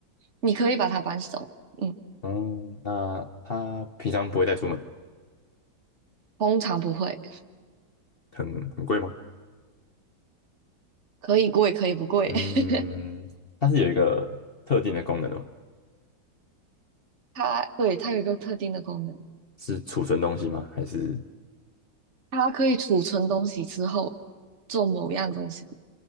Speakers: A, on the right; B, on the left.
A: 你可以把它搬走，嗯，
B: 嗯，那它平常不会带出门，
A: 通常不会，
B: 很很贵吗？
A: 可以贵可以不贵。
B: 嗯，
A: <laughs>
B: 它是有一个特定的功能的吗？
A: 它对它有一个特定的功能，
B: 是储存东西吗？还是
A: 它可以储存东西之后做某样东西。